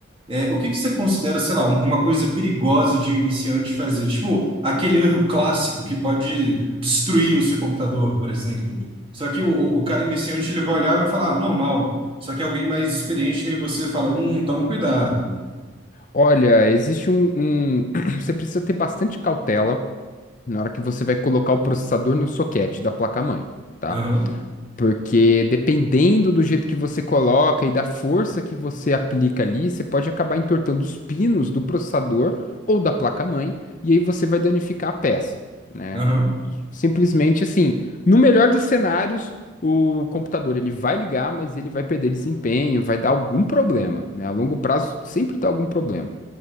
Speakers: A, on the right; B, on the left.
A: é, o que que você considera, sei lá, um- uma coisa perigosa de um iniciante fazer? Tipo, aquele erro clássico que pode destruir o seu computador, por exemplo. Só que o, o o cara iniciante, ele vai olhar e vai falar, ah, normal. Só que alguém mais experiente, aí você fala, hum, toma cuidado.
B: Olha, existe um... um- <clears throat> Você precisa ter bastante cautela na hora que você vai colocar o processador no soquete da placa-mãe, tá?
A: Aham,
B: Porque dependendo do jeito que você coloca e da força que você aplica ali, você pode acabar entortando os pinos do processador ou da placa-mãe, e aí você vai danificar a peça, né?
A: aham,
B: Simplesmente assim, no melhor dos cenários, o computador ele vai ligar, mas ele vai perder desempenho, vai dar algum problema, né? A longo prazo sempre dá algum problema.